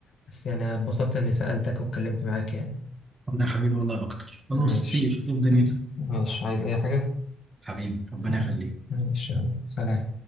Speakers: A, on the left; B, on the right.
A: بس يعني اتبسطت اني سألتك واتكلمت معاك يعني
B: والله يا حبيبي والله اكتر خلاص
A: ماشي
B: طير طير دنيتك
A: ماشي عايز اي حاجة
B: حبيبي ربنا
A: لا.
B: يخليك
A: ماشي يلا سلام